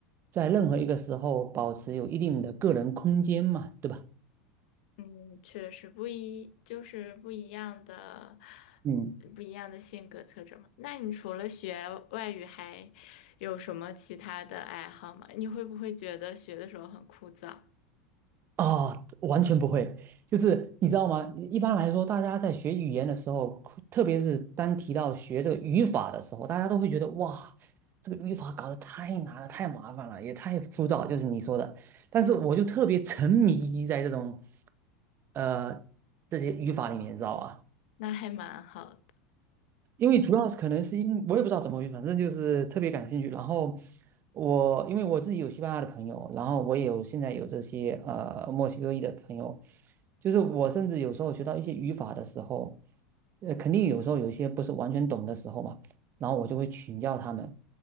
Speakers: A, on the right; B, on the left.
A: 在任何一个时候保持有一定的个人空间嘛，对吧？
B: 嗯，确实不一，就是不一样的，
A: 嗯，
B: 不一样的性格特征嘛。那你除了学外语，还有什么其他的爱好吗？你会不会觉得学的时候很枯燥？
A: 啊，完全不会，就是你知道吗？一般来说，大家在学语言的时候，特别是当提到学这个语法的时候，大家都会觉得哇，这个语法搞得太难了，太麻烦了，也太枯燥，就是你说的。但是我就特别沉迷于在这种，呃，这些语法里面，你知道吧？
B: 那还蛮好的。
A: 因为主要是可能是因我也不知道怎么回事，反正就是特别感兴趣。然后我因为我自己有西班牙的朋友，然后我也有现在有这些呃墨西哥裔的朋友，就是我甚至有时候学到一些语法的时候，呃，肯定有时候有一些不是完全懂的时候嘛，然后我就会请教他们。